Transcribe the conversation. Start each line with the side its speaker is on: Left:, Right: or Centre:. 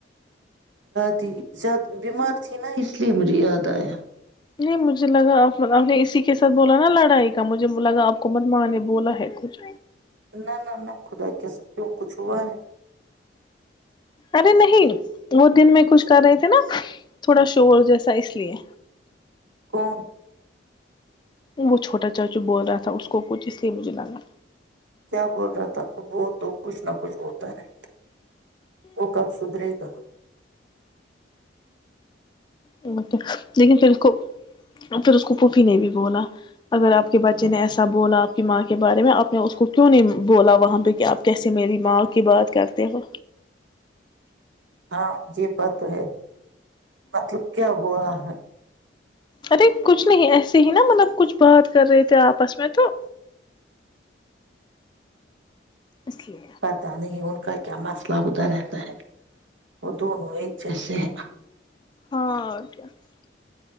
Right: تی بیمار تھی نا اس لیے مجھے یاد آیا
Left: نہیں مجھے لگا آپ نے اسی کے ساتھ بولا نا لڑائی کا مجھے لگا آپ کو مت ماں نے بولا ہے کچھ
Right: نہ نہ نہ خدا کیس کیوں کچھ ہوا ہے
Left: ارے نہیں وہ دن میں کچھ کر رہے تھے نا تھوڑا شور جیسا اس لیے
Right: کون
Left: وہ چھوٹا چاچو بول رہا تھا اس کو کچھ اس لیے مجھے لگا
Right: کیا بول رہا تھا وہ تو کچھ نہ کچھ بتا رہے وہ کب سدھرے گا
Left: اھا لیکن پھر اس کو پھر اس کو پھفی نے بھی بولا اگر آپ کے بچے
Right: کیا
Left: نے ایسا بولا ماں کے بارے میں آپ نے اس کو کیوں نہیں بولا وہاں پہ کہ آپ کیسے میری ماں کی بات کرتے ہو
Right: ہاں جی بات ہے مطلب کیا ہوا ہے
Left: ارے کچھ نہیں ایسے ہی نا مطلب کچھ بات کر رہے تھے آپس میں تو اس لیے
Right: پتا نہیں ہ کا کیا مسئلہ ہوتا رہتا ہے وہ دونوں ایک جیسے ہے
Left: ہاں اور کیا کیا